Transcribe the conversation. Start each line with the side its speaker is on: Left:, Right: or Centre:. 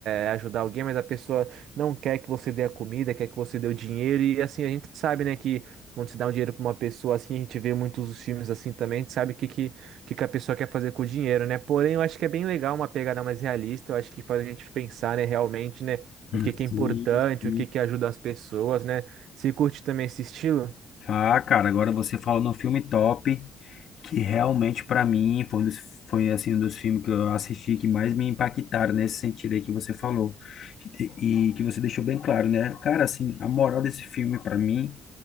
Right: eh, ajudar alguém, mas a pessoa não quer que você dê a comida, quer que você dê o dinheiro. E assim, a gente sabe, né, que quando se dá um dinheiro pra uma pessoa assim, a gente vê muitos dos filmes assim também, a gente sabe o que, que, o que que a pessoa quer fazer com o dinheiro, né? Porém, eu acho que é bem legal uma pegada mais realista, eu acho que faz a gente pensar, né, realmente, né? o que
Left: sim,
Right: que é importante,
Left: sim.
Right: o que que ajuda as pessoas, né? Você curte também esse estilo
Left: Ah, cara, agora você falou num filme top, que realmente pra mim foi, um dos, foi assim, um dos filmes que eu assisti que mais me impactaram nesse sentido aí que você falou. E, e que você deixou bem claro, né? Cara, assim, a moral desse filme pra mim